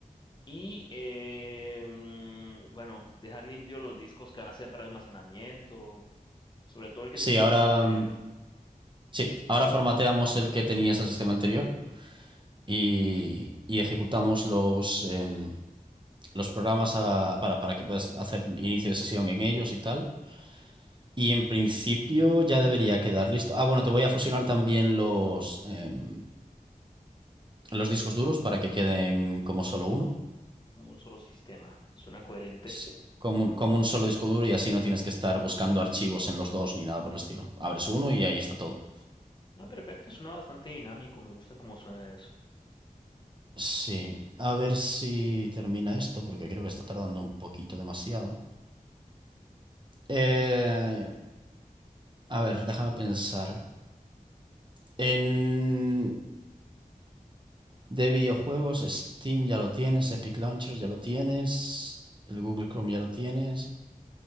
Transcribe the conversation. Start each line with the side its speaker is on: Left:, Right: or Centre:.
Left: Y, eh, mm, bueno, dejar limpios los discos que van a ser para almacenamiento, sobre todo el que
Right: Sí,
Left: tenía el
Right: ahora,
Left: sistema anterior,
Right: mm, sí, ahora formateamos el que tenías el sistema anterior y, y ejecutamos los, em, los programas a- para, para que puedas hacer inicio de sesión en ellos y tal. Y en principio ya debería quedar listo. Ah, bueno, te voy a fusionar también los, em, los discos duros para que queden como solo uno,
Left: como un solo sistema. Suena coherente.
Right: Sí. como un, como un solo disco duro y así no tienes que estar buscando archivos en los dos ni nada por el estilo. Abres uno y ahí está todo.
Left: Ah, perfecto, suena bastante dinámico, me gusta cómo suena eso.
Right: Sí, a ver si termina esto porque creo que está tardando un poquito demasiado. Eh, a ver, déjame pensar. En de videojuegos, Steam ya lo tienes, Epic Launcher ya lo tienes, el Google Chrome ya lo tienes.